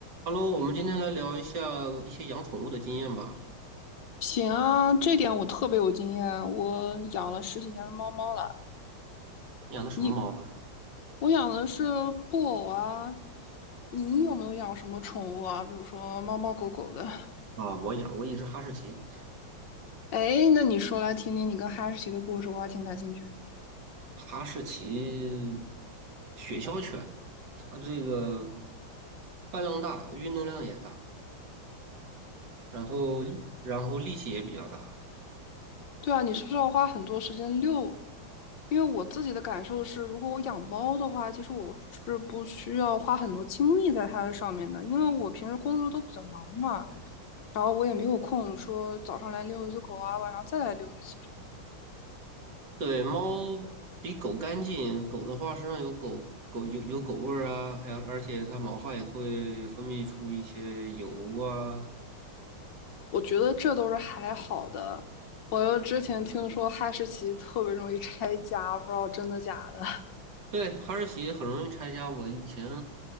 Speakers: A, on the right (about 60°); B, on the left (about 65°).
A: Hello，我们今天来聊一下一些养宠物的经验吧。
B: 行啊，这点我特别有经验。我养了十几年的猫猫了。
A: 你养的什么猫呢？
B: 你，我养的是布偶啊。你有没有养什么宠物啊？比如说猫猫狗狗的。
A: 啊，我养过一只哈士奇，
B: <laughs> 哎，那你说来听听你跟哈士奇的故事，我还挺感兴趣。
A: 哈士奇雪橇犬，它这个饭量大，运动量也大，然后力然后力气也比较大。
B: 对啊，你是不是要花很多时间遛？因为我自己的感受是，如果我养猫的话，其实我是不需要花很多精力在它的上面的，因为我平时工作都比较忙嘛，然后我也没有空说早上来遛一次狗啊，晚上再来遛一次这
A: 对，猫比狗干净，狗的话身上有狗狗有有狗味儿啊，还有而且它毛发也会分泌出一些油啊，
B: 我觉得这都是还好的。我又之前听说哈士奇特别容易拆家，不知道真的假的，
A: 对，哈士奇很容易拆家。我以前